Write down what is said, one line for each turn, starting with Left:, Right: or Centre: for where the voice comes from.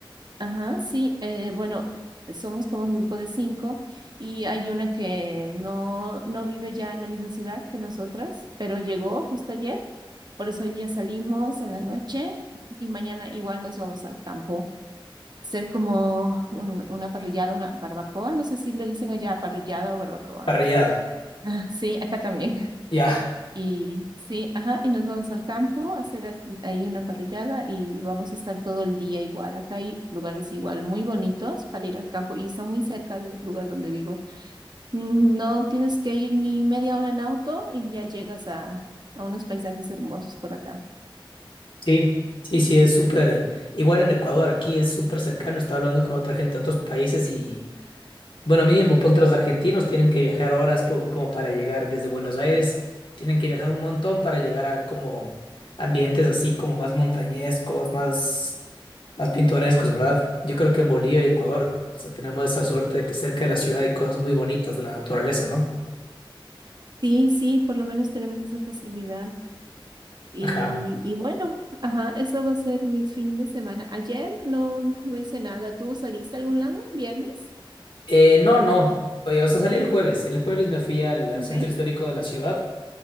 Right: Ajá, sí, eh, bueno, somos como un grupo de cinco y hay una que no, no vive ya en la misma ciudad que nosotras, pero llegó justo ayer. Por eso hoy día salimos en la noche y mañana igual nos vamos al campo. Ser como un- una parrillada, una barbacoa. No sé si le dicen allá parrillada o barbacoa.
Left: Parrillada.
Right: <laughs> Ah, Sí, acá también.
Left: Ya.
Right: Y sí, ajá, y nos vamos al campo a hacer aquí- ahí una parrillada y vamos a estar todo el día igual. Acá hay lugares igual muy bonitos para ir al campo y está muy cerca del lugar donde vivo. No tienes que ir ni media hora en auto y ya llegas a, a unos paisajes hermosos por acá.
Left: Sí, sí, sí, es súper, igual en Ecuador, aquí es súper cercano, estaba hablando con otra gente de otros países y, bueno, mínimo, ponte los argentinos, tienen que viajar horas po- como para llegar desde Buenos Aires, tienen que viajar un montón para llegar a como ambientes así como más montañescos, más, más pintorescos, ¿verdad? Yo creo que en Bolivia y Ecuador, o sea, tenemos esa suerte de que cerca de la ciudad hay cosas muy bonitas de la naturaleza, ¿no?
Right: Sí, sí, por lo menos tenemos esa facilidad. Y,
Left: Ajá.
Right: y bueno, ajá, eso va a ser mi fin de semana. Ayer no, no hice nada. ¿Tú saliste a algún lado? ¿Viernes?
Left: Eh, no, no. Oye, o sea, salí el jueves. El jueves me fui al, al
Right: Ok.
Left: centro histórico de la ciudad